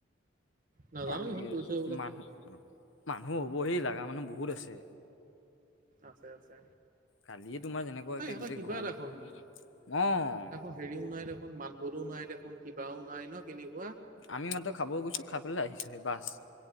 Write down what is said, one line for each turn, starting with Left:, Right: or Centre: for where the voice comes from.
Right: নাজানো
Left: আৰু
Right: ইহঁত
Left: কি
Right: গৈছে বোলা
Left: মানুহ মানুহ হ'ব সেই লগা মানুহ বহুত আছে।
Right: আছে আছে।
Left: কালিয়ে তোমাৰ যেনেকুৱা
Right: এই
Left: একে
Right: ইহঁতৰ
Left: গোটেই
Right: কিবা
Left: গৰমত,
Right: এটাখন
Left: অঁ।
Right: একো হেৰিও নাই দেখোন মাত বোলো নাই দেখোন কিবাও নাই ন' কেনেকুৱা?
Left: আমি মাত্ৰ খাবও গৈছো খাই পেলাই আহিছো হে বাচ।